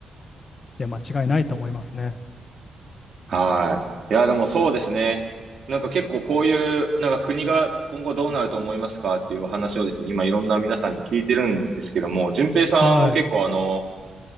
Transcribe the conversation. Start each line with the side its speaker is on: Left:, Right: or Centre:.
Left: いや、間違いないと思いますね。
Right: はい。いや、でもそうですね。なんか結構こういう、なんか国が今後どうなると思いますかっていう話をですね、今いろんな皆さんに聞いてるんですけども、順平さんは結構あの、
Left: はい。